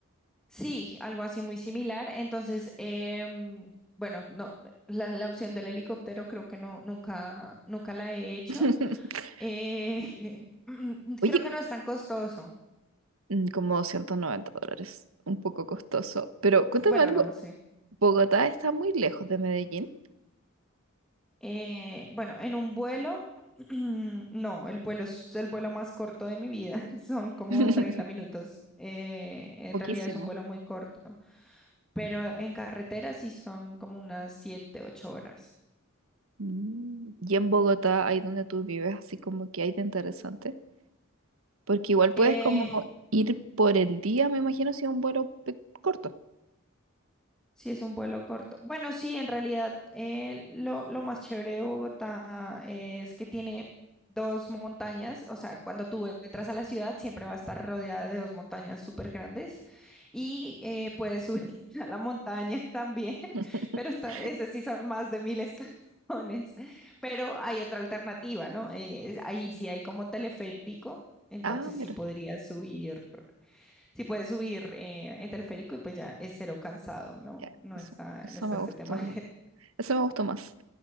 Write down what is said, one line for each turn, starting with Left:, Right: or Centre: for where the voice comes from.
Centre: sí, algo así muy similar. Entonces, em, bueno, no, la, la opción del helicóptero creo que no, nunca, nunca la he hecho.
Right: <laughs>
Centre: Eh, <laughs>
Right: Oye,
Centre: creo que
Right: creo
Centre: no es tan costoso.
Right: que mm, como 190 dólares, un poco costoso, pero cuéntame
Centre: Bueno,
Right: algo,
Centre: no, sí.
Right: ¿Bogotá está muy lejos de Medellín?
Centre: Eh, bueno, en un vuelo, <clears throat> no, el vuelo es el vuelo más corto de mi vida. <laughs> Son como
Right: <laughs>
Centre: 30 minutos. Eh, en
Right: Poquísimo.
Centre: realidad es un vuelo muy corto, pero en carretera sí son como unas siete, ocho horas.
Right: Mm, Y en Bogotá, ahí donde tú vives, así como que hay de interesante, porque igual puedes
Centre: Eh,
Right: como ir por el día, me imagino, si es un vuelo pe- corto.
Centre: Si es un vuelo corto. Bueno, sí, en realidad eh, lo, lo más chévere de Bogotá es que tiene dos montañas, o sea, cuando tú entras a la ciudad siempre va a estar rodeada de dos montañas súper grandes y eh, puedes subir <laughs> a la montaña también, <laughs>
Right: <laughs>
Centre: pero esta- esas sí son más de mil escalones, pero hay otra alternativa, ¿no? Eh, ahí sí hay como teleférico, entonces
Right: Ah, mira,
Centre: sí podrías subir. Sí puedes subir eh, en teleférico y pues ya es cero cansado, ¿no?
Right: ya,
Centre: No
Right: eso,
Centre: está,
Right: eso
Centre: no está
Right: me
Centre: este
Right: gustó,
Centre: tema <laughs> de
Right: eso me gustó más,